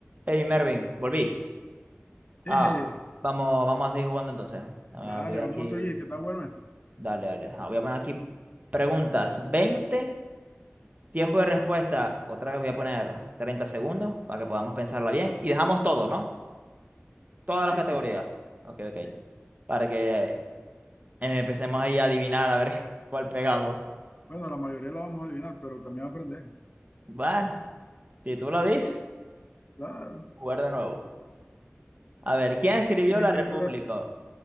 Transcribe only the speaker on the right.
Hey Mervin, volví. Ah,
vamos, vamos a seguir jugando entonces. Abrí
aquí.
Dale, dale. Ah, voy a poner aquí preguntas. 20 tiempo de respuesta. Otra vez voy a poner 30 segundos para que podamos pensarla bien. Y dejamos todo, ¿no? Todas
las categorías.
Ok, ok.
Para que eh, empecemos ahí a adivinar a ver <laughs> cuál pegamos.
Bueno, si tú lo dices,
jugar de nuevo. A ver, ¿quién escribió
La
República?